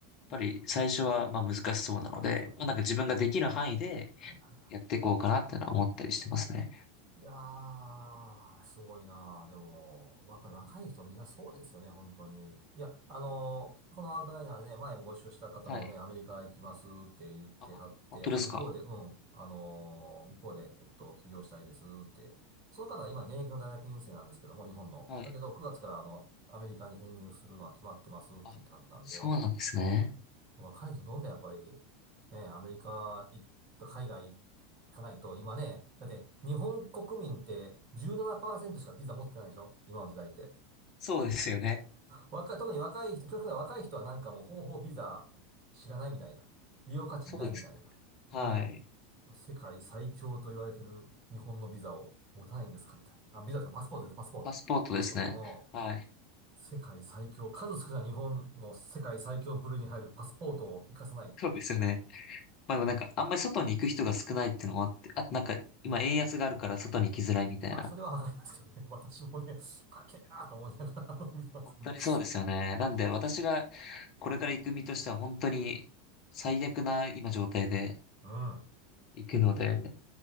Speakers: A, on the left; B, on the right.
A: やっぱり最初はまあ難しそうなので、
B: そうですよね。
A: まあ、なんか自分ができる範囲で
B: はいはいはい。
A: やっていこうかなってのは思ったりしてますね。
B: いやー、すごいなー。でも、やっぱり若い人みんなそうですよね、本当に。いや、あのーこのアウトライナーでね、前ご一緒した方もね、
A: はい。
B: アメリカ行きますって言ってはって、
A: あ、本当ですか。
B: やっぱ向こうで、うん、あのー向こうで、えっと、起業したいですって。その方は今現役の大学院生なんですけども、日本の。
A: はい。
B: だけど、9月からあの、アメリカに編入するのは決まってますって言ってはったんで、
A: あ、そうなんですね。
B: 若い人どんどんやっぱり、ね、アメリカ行った海外行かないと、今ね、だって日本国民って17%しかビザ持ってないでしょ今の時代って。
A: そうですよね。
B: 若い、特に若い人、極端な若い人はなんかもう方法ビザ知らないみたいな。利用価値ないみたいな。
A: そうですね。はい。
B: 世界最強と言われてる日本のビザを持たないんですかみたいな。あ、ビザとかパスポートです、パスポート。
A: パスポートですね。
B: パスポート。
A: はい。
B: うん。世界最強、数少ない日本の世界最強部類に入るパスポートを活かさない
A: そうですよね。まあなんか、あんまり外に行く人が少ないっていうのもあって、あとなんか、今円安があるから外に行きづらいみたいな。
B: まあ、それはわかりますけどね。<laughs> 私もね、高えなと思いながらあの見てますけど。
A: 本当にそうですよね。なんで私がこれから行く身としては本当に最悪な今状態で
B: <laughs> うん。
A: 行くので、